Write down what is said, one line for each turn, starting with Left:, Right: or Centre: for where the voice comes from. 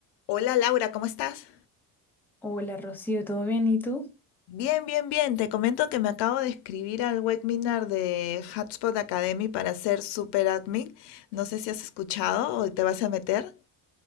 Left: Hola Laura, ¿cómo estás?
Centre: Hola Rocío, ¿todo bien? ¿Y tú?
Left: Bien, bien, bien. Te comento que me acabo de escribir al webinar de Hotspot Academy para ser super admin. No sé si has escuchado o te vas a meter.